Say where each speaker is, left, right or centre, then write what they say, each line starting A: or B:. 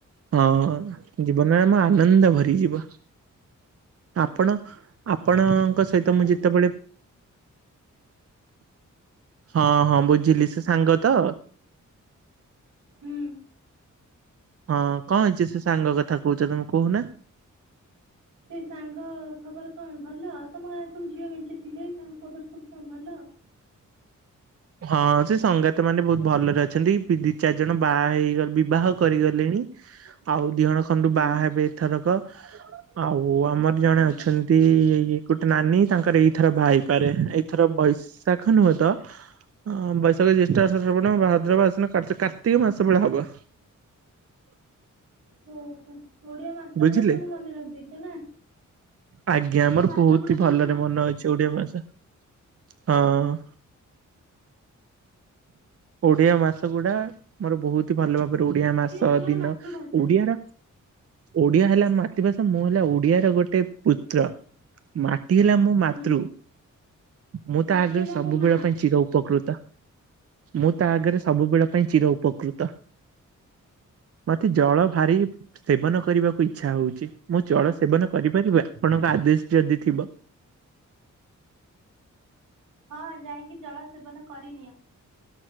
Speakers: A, on the right; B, on the right.
A: ହଁ ଜୀବନମ ଆନନ୍ଦ ଭରିଯିବ। ଆପଣ ଆପଣଙ୍କ ସହିତ
B: ଆଉ
A: ମୁଁ
B: ତମ
A: ଯେତେବେଳେ ହଁ ହଁ ବୁଝିଲି ସେ ସାଙ୍ଗ ତ?
B: ହୁଁ
A: ହଁ କଣ ହେଇଛି ସେ ସାଙ୍ଗ କଥା କହୁଛ ତମେ କହୁନା।
B: ସେ ସାଙ୍ଗ ଖବର କଣ ଭଲ ତମ ଗାଁରେ ସବୁ ଝିଅ ମିଞ୍ଚିଥିଲେ ତାଙ୍କ ଖବର ସବୁ କଣ ଭଲ।
A: ହଁ ସେ ସଙ୍ଗାତ ମାନେ ବହୁତ ଭଲରେ ଅଛନ୍ତି ଦି ଚାରି ଜଣ ବାହା ହେଇଗ ବିବାହ କରିଗଲେଣି। ଆଉ ଦିହଣ ଖନ୍ତୁ
B: ହୁଁ
A: ବାହା ହେବେ ଏଥରକ। ଆଉ ଆମର ଜଣେ
B: ହୁଁ
A: ଅଛନ୍ତି ଏଇ ଗୋଟେ ନାନୀ ତାଙ୍କର ଏଇଥର ବାହା ହେଇପାରେ। ଥର ବୈଶାଖ ନୁହେଁ ତ! ହଁ ବୈଶାଖ, ଜ୍ୟେଷ୍ଠ, ଆଷାଢ, ଶାର୍ବଣ, ଭାଦ୍ରବ, ଆସିନ, କାର୍ତ୍ତି କାର୍ତ୍ତିକମାସ ବେଳେ ହବ।
B: ହ ହୋ ଓଡିଆ ମାସ
A: ବୁଝିଲେ।
B: ଗୁଡା ସବୁ ମନେ ରଖିଦେଇଛ ନା।
A: ଆଜ୍ଞା
B: ଓଡିଆ
A: ମୋର
B: ମାସ
A: ବହୁତ
B: ଗୁଡା
A: ହି
B: ସବୁ
A: ଭଲରେ ମନେ ଅଛି ଓଡିଆ ଭାଷା ହଁ। ଓଡିଆ ମାସ ଗୁଡା ମୋର ବହୁତ ଭଲ ଭାବରେ ଓଡିଆ ମାସ
B: ଆମର
A: ଦିନ
B: ମାତୃଭାଷା
A: ଓଡିଆର ଓଡିଆ ହେଲା ମାତୃଭାଷା ମୁଁ ହେଲା ଓଡିଆର ଗୋଟେ ପୁତ୍ର। ମାଟି ହେଲା ମୋ
B: ହୁଁ।
A: ମାତୃ ମୁଁ
B: ମାଟି
A: ତ ଆଗରେ
B: ହେଲା
A: ସବୁବେଳେ
B: ମୋ ମା
A: ଚିରଉପକୃତ ମୁଁ ତା ଆଗରେ
B: ହୁଁ
A: ସବୁବେଳ ପାଇଁ ଚିର ଉପକୃତ। ମତେ ଜଳ ଭାରି ସେବନ କରିବାକୁ ଇଚ୍ଛା ହଉଛି ମୁଁ ଜଳ ସେବନ କରିପାରିବନି ଆପଣଙ୍କ ଆଦେଶ ଯଦି ଥିବ।
B: ହଁ ଯାଇକି ଜଳ ସେବନ କରିନିଅ।